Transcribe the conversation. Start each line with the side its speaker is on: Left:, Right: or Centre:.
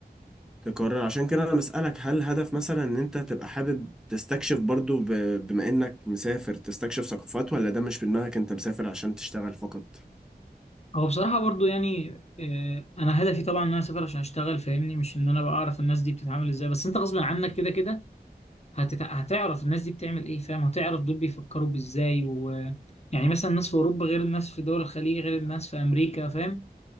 Centre: تقرر عشان كده انا بسألك هل هدف مثلا ان انت تبقى حابب تستكشف برضو ب- بما انك مسافر تستكشف ثقافات ولا ده مش في دماغك انت مسافر عشان تشتغل فقط
Left: هو بصراحة برضو يعني آه، أنا هدفي طبعا إن أنا أسافر عشان أشتغل فاهمني مش إن أنا بقى أعرف الناس دي بتتعامل إزاي بس أنت غصب عنك كده كده هتت... هتعرف الناس دي بتعمل ايه فاهم هتعرف دول بيفكروا بازاي و... يعني مثلا الناس في اوروبا غير الناس في دول الخليج غير الناس في امريكا فاهم